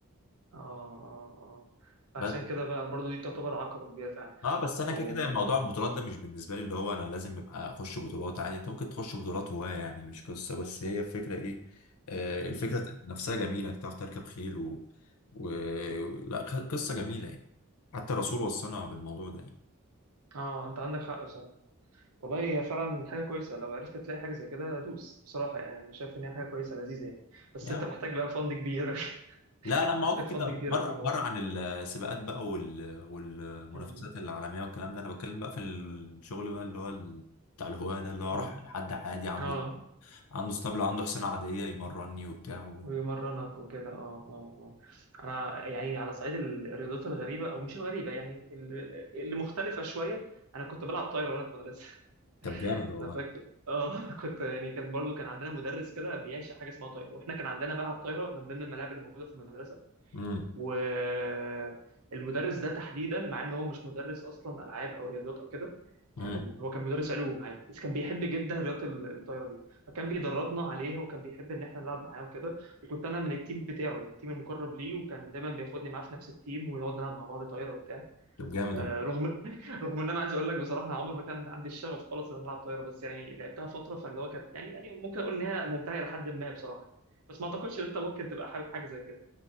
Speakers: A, on the right; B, on the left.
A: اه اه اه فعشان
B: بس
A: كده بقى برضو دي تعتبر عقبه كبيره فعلا
B: اه بس انا
A: أو...
B: كده كده موضوع البطولات ده مش بالنسبه لي اللي هو انا لازم ابقى اخش بطولات عادي انت ممكن تخش بطولات هواه يعني مش قصه بس هي الفكره ايه آه الفكره
A: مم.
B: نفسها جميله انك تعرف تركب خيل و... و... لا خ- قصه جميله يعني حتى الرسول وصانا بالموضوع ده يعني
A: اه انت عندك حق بصراحه والله هي فعلا حاجه كويسه لو عرفت تلاقي حاجه زي كده دوس بصراحه يعني انا شايف ان هي حاجه كويسه لذيذه يعني بس
B: يعني
A: انت محتاج بقى فند كبير <laughs>
B: لا لما
A: محتاج
B: اقعد
A: فند
B: كده
A: كبير
B: بره
A: قوي في الموضوع
B: بره عن السباقات بقى وال... والمنافسات
A: مم.
B: العالميه والكلام ده انا بتكلم بقى في الشغل بقى اللي هو ال... بتاع الهواه ده اللي هو
A: مم.
B: اروح لحد عادي عنده
A: اه
B: عنده اسطبل عنده حصانه عاديه يمرني وبتاع
A: ويمرنك وكده اه اه اه انا يعني على صعيد ال- الرياضات الغريبه او مش الغريبه يعني ال- ال- اللي مختلفه شويه انا كنت بلعب طايره وانا في مدرسه <laughs>
B: طب جامد والله
A: انا فاكر اه <laughs> كنت يعني كان برضو كان عندنا مدرس كده بيعشق حاجه اسمها طايره واحنا كان عندنا ملعب طايره من ضمن الملاعب اللي موجوده في المدرسه
B: امم
A: والمدرس ده تحديدا مع ان هو مش مدرس اصلا العاب او رياضيات او كده
B: امم
A: كان هو كان مدرس علوم عادي بس كان بيحب جدا رياضه ال- الطايره دي فكان بيدربنا عليها وكان بيحب ان احنا نلعب معاه وكده وكنت انا من التيم بتاعه يعني التيم المقرب ليه وكان دايما بياخدني معاه في نفس التيم ونقعد نلعب مع بعض طايره وبتاع
B: طب جامد
A: آه،
B: والله
A: رغم <laughs> رغم ان انا عايز اقول لك بصراحه أنا عمري ما كان عندي الشغف خالص ان أنا العب طايره بس يعني لعبتها فتره فاللي هو كانت يعني يعني ممكن اقول ان هي ممتعه لحد ما بصراحه بس ما اعتقدش ان انت ممكن تبقى حابب حاجه زي كده